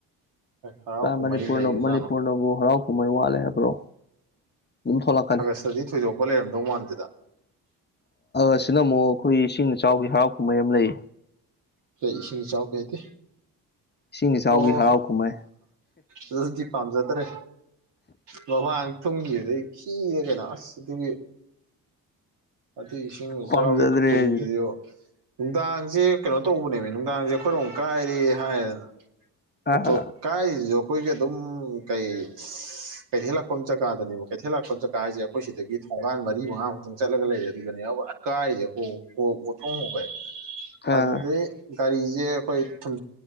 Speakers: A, on the right; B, on the left.
A: ꯍꯔꯥꯎ ꯀꯨꯝꯍꯩ
B: ꯃꯅꯤꯄꯨꯔꯅ
A: ꯂꯩꯕꯖꯥꯠꯅꯣ
B: ꯃꯅꯤꯄꯨꯔꯅꯕꯨ ꯍꯔꯥꯎ ꯀꯨꯝꯍꯩ ꯋꯥꯠꯂꯦ ꯍꯥꯏꯕ꯭ꯔꯣ ꯑꯗꯨꯝ ꯊꯣꯛꯂꯛꯀꯅꯤ
A: ꯑꯥꯒꯁꯇꯗꯤ ꯊꯣꯏꯗꯣꯛꯄ ꯂꯩꯔꯝꯗꯧ ꯃꯥꯟꯗ‌ꯦꯗ
B: ꯑꯁꯤꯅ ꯑꯃꯨꯛ ꯑꯩꯈꯣꯏ ꯏꯁꯤꯡ ꯏꯆꯥꯎꯒꯤ ꯍꯔꯥꯎ ꯀꯨꯝꯍꯩ ꯑꯃ ꯂꯩ
A: ꯀꯩ ꯏꯁꯤꯡ ꯏꯆꯥꯎꯒꯤ ꯍꯥꯏꯗꯤ
B: ꯏꯁꯤꯡ ꯏꯆꯥꯎꯒꯤ
A: ꯑꯣ
B: ꯍꯔꯥꯎ ꯀꯨꯝꯍꯩ
A: ꯑꯗꯨꯗꯤ ꯄꯥꯝꯖꯗꯔꯦ ꯃꯃꯥꯡ ꯊꯨꯝꯈꯤꯕꯗꯨꯗꯩ ꯈꯤꯔꯦ ꯀꯩꯅꯣ ꯑꯁ ꯑꯗꯨꯒꯤ ꯑꯗꯨꯏ ꯏꯁꯤꯡ ꯏꯆꯥꯎꯒꯤ
B: ꯄꯥꯝꯖꯗ꯭ꯔꯦ
A: ꯈꯨꯇꯨꯝꯗꯨꯗꯤ
B: ꯑꯩꯁꯨ
A: ꯅꯨꯡꯗꯥꯡꯁꯦ ꯀꯩꯅꯣ ꯇꯧꯕꯅꯦꯕ ꯅꯨꯡꯗꯥꯡꯁꯦ ꯑꯩꯈꯣꯏꯔꯣꯝ ꯀꯥꯏꯔꯦ ꯍꯥꯏꯌꯦꯗꯅ
B: ꯑꯥ
A: ꯑꯣ ꯀꯥꯏꯁꯤꯁꯨ ꯑꯩꯈꯣꯏꯒꯤ ꯑꯗꯨꯝ ꯀꯩ ꯀꯩꯊꯦꯜ ꯂꯥꯛꯄ ꯖꯒꯥꯗꯅꯦꯕ ꯀꯩꯊꯦꯜ ꯂꯥꯛꯄ ꯖꯒꯥ ꯍꯥꯏꯁꯦ ꯑꯩꯈꯣꯏ ꯁꯤꯗꯒꯤ ꯊꯣꯡꯒꯥꯟ ꯃꯔꯤ ꯃꯉꯥꯃꯨꯛ ꯆꯠꯂꯒ ꯂꯩꯔꯦ ꯑꯗꯨꯗꯅꯦ <unintelligible> ꯀꯥꯏꯔꯤꯁꯦ ꯑꯣꯊꯣꯡ ꯍ‌ꯣꯏ
B: ꯑꯥ
A: ꯑꯗꯨꯗꯩ ꯒꯥꯔꯤꯁꯦ ꯑꯩꯈꯣꯏ ꯊꯨꯝ